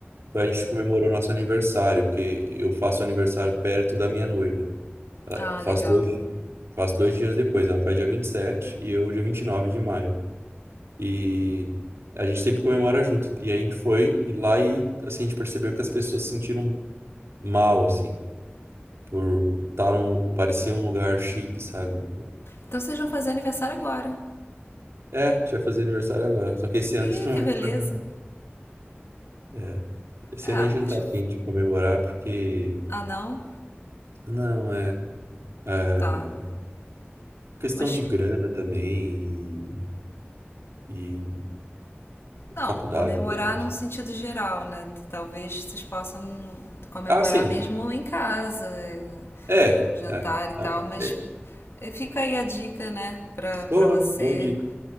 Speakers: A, on the right; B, on the left.
A: a gente comemorou nosso aniversário, porque eu faço aniversário perto da minha noiva. Ela,
B: Ah,
A: faço
B: legal.
A: dois, faço dois dias depois, ela faz dia vinte e sete e eu dia 29 de maio. E a gente sempre comemora junto. E a gente foi e lá e assim, a gente percebeu que as pessoas se sentiram mal, assim, por estar num, parecia um lugar chique, sabe?
B: Então vocês vão fazer aniversário agora.
A: É, a gente vai fazer aniversário agora. Só que esse ano
B: Ih,
A: a gente não
B: que
A: vai
B: beleza.
A: comemorar. É, esse
B: Ah,
A: ano a gente
B: mas.
A: não tá afim de comemorar porque.
B: Ah, não?
A: Não, é. é,
B: Tá.
A: questão
B: Mas
A: de grana também e, e
B: Não,
A: faculdade.
B: comemorar
A: né?
B: num sentido geral, né? Talvez vocês possam comemorar
A: Ah, sim.
B: mesmo em casa, é,
A: É,
B: com jantar
A: é,
B: e tal,
A: tá.
B: mas
A: É,
B: eh, fica aí a dica, né, pra, pra
A: boa,
B: você
A: boa dica.